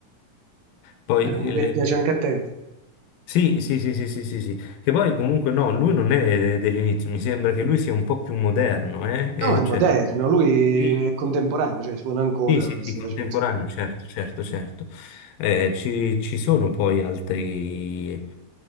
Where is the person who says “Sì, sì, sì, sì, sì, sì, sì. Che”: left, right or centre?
Left